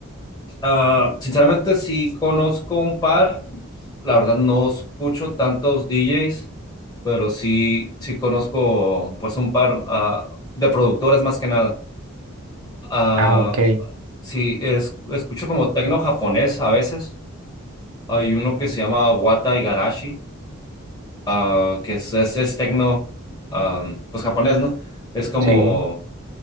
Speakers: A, on the left; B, on the right.
A: Ah, sinceramente, sí conozco un par, la verdad no escucho tantos DJs, pero sí, sí conozco pues un par ah, de productores más que nada. Ah,
B: Ah, ok,
A: sí, es- escucho como tecno japonés a veces. Hay uno que se llama Wata Igarashi, ah, que es, es, es tecno, ah, pues japonés, ¿no? Es como
B: sí,